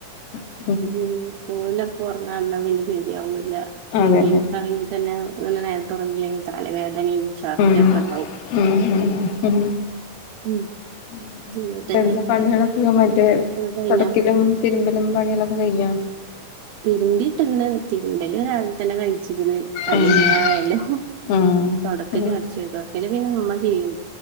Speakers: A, on the left; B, on the right.
A: ഉം
B: ഉം ഒലപ്പോ ഉറങ്ങാണ്ടാവൂല ശെരിയാവൂല പിന്നെ
A: അതന്നെ
B: എനിക്കാണെങ്കി തന്നെ ഇങ്ങനെ നേരത്ത ഉറങ്ങിലെങ്കിൽ തലവേദനയും ശർദ്ധി
A: ഉം
B: ഒക്കെ ഉണ്ടാവും
A: ഉം ഉം ഉം
B: ഉം
A: ഉം
B: എന്നിട്ട്
A: എന്താ പണികളൊക്കെ മറ്റേ
B: കുളിയൊക്കെ കഴിഞ്ഞോ
A: തൊടക്കലും തിരുമ്പലും പണികളൊക്കെ കഴിഞ്ഞോ
B: തിരുമ്പിട്ടാണ് തിരുമ്പല് രാവിലെ തന്നെ കഴിച്ചിക്ക്ണ് അല്ല
A: ഉം
B: ഇങ്ങ ആയാലും
A: ഉം
B: തുടക്കല്
A: ഉം
B: അടിച്ച് തുടക്കല് പിന്നെ ഉമ്മാ ചെയ്യും